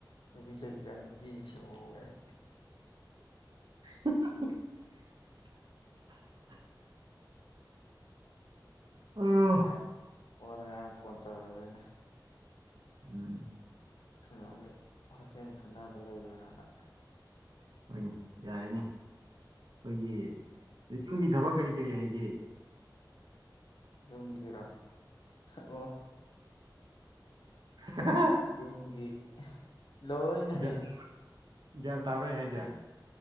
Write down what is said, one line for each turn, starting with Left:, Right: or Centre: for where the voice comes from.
Left: <unintelligible> ꯅꯨꯄꯤ <unintelligible> ꯁꯦꯝꯃꯣꯒꯥꯏ
Right: <inaudible> ꯎꯝ
Left: ꯅꯥꯏ ꯑꯣꯗ ꯉꯔꯥꯡ ꯐꯣꯟ ꯇꯧꯔꯣꯏꯕ ꯑꯩꯅ
Right: ꯎꯝ
Left: ꯀꯩꯅꯣꯒꯤ ꯍꯣꯇꯦꯜ ꯈꯪꯅꯕ ꯂꯩꯕ꯭ꯔꯅ
Right: ꯍꯣꯏꯅꯦ ꯌꯥꯔꯦꯅꯦ ꯑꯩꯈꯣꯏꯒꯤ ꯌꯨꯝꯒꯤ ꯊꯕꯛ ꯀꯔꯤ ꯀꯔꯤ ꯍꯩꯒꯦ
Left: ꯌꯨꯝꯒꯤꯔꯣ ꯑꯣ
Right: <unintelligible>
Left: ꯌꯨꯝꯒꯤ ꯂꯣꯏꯅ
Right: ꯒ꯭ꯌꯥꯟ
Left: ꯍꯩꯔꯦ
Right: ꯒ꯭ꯌꯥꯟ ꯇꯥꯕ꯭ꯔꯥ ꯑꯩꯅ ꯍꯥꯏꯁꯦ